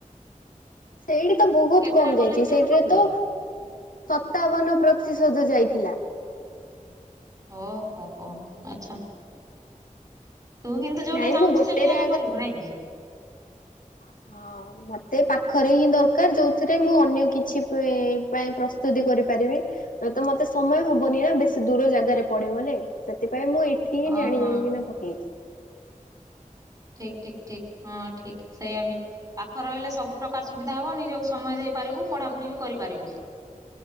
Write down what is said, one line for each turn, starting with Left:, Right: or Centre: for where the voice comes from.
Left: ସେଇଠି ତ ବହୁତ
Right: କେତେଟା
Left: କମ ଯାଇଚି।
Right: କଲେଜ ଚୟନ
Left: ସେଇଠିରେ
Right: କଲୁ
Left: ତ
Right: କି?
Left: ସତାବନ ପ୍ରତିଶତ ଯାଇଥିଲା।
Right: ଓହୋ ହୋ ଆଚ୍ଛା। ତୁ କିନ୍ତୁ ଯୋଉଟା
Left: ନାଇଁ
Right: ଚାହୁଁଛୁ
Left: ମୁଁ ଗୋଟେରେ
Right: ସେଠି ଆଗା କରିବୁ ନାଇଁ କି।
Left: <inaudible> ହଁ ମତେ ପାଖରେ ହିଁ ଦରକାର ଯୋଉଥିରେ ମୁଁ ଅନ୍ୟ କିଛି ପା ପାଇଁ ପ୍ରସ୍ତୁତି କରି ପାରିବି ମତେ ସମୟ ହବନି ନା ବେଶୀ ଦୂର ଜାଗାରେ ପଢ଼ିବି ବୋଲି ସେଥିପାଇଁ ପାଇଁ ମୁଁ ଏଠି ହିଁ
Right: ହଁ
Left: ଜାଣି
Right: ହଁ।
Left: ଜାଣିକିନା ପକେଇଛି।
Right: ଠିକ ଠିକ ଠିକ ହଁ ଠିକ ସେଇଆ ବି ପାଖ ରହିଲେ ସବୁ ପ୍ରକାର ସୁବିଧା ହବ ନିଜକୁ ସମୟ ଦେଇ ପାରିବୁ ପଢାପଢି ବି କରିପାରିବୁ।